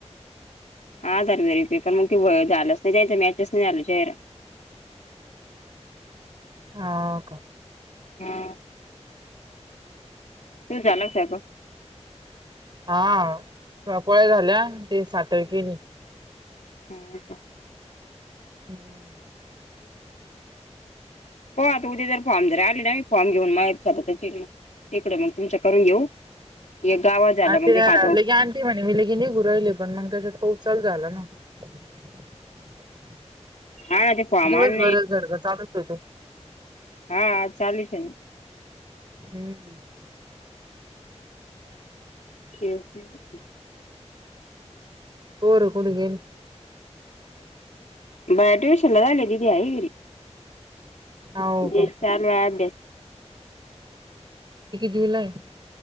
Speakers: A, on the left; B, on the right.
A: हा झालं तरी ते पण मग ते झालंच नाही त्यांच्या मॅचच नाही झालं चेहरा.
B: हो का.
A: हा. तुझं झाला स्वयंपाक?
B: हा प्रॉपर झाल्या ती सातळकीनी.
A: होय का?
B: हम्म.
A: हो आत उद्या जरा. फॉर्म जरा आले नाही फॉर्म घेऊन <unintelligible> तिकडं तिकडं घेऊन तुमच्या करून घेऊ, एक गावात झाला
B: अ
A: मग
B: ते
A: खातो
B: लगे आंटी म्हणे मी लगे निघून आले, पण मग तसंच पाऊस चालू झाला ना. <inaudible>
A: हा ना ते फॉर्म
B: दिवसभर
A: आण
B: झडगं चालूच होतं.
A: हां हां चालूच ठेवीन.
B: हं.
A: तेच ना.
B: पोरं कुठं गेली?
A: बाळ ट्युशनला दीदी आहे घरी
B: हो
A: दिदीचा
B: का
A: चालू आहे अभ्यास.
B: जुलै